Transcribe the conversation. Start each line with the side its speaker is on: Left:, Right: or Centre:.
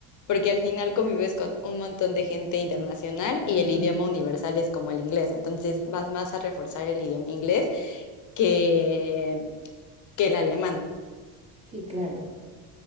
Left: porque al final convives con un montón de gente internacional
Right: Mm,
Left: y el idioma universal es como el inglés. Entonces vas más a reforzar el idioma inglés que, que el alemán.
Right: sí, claro.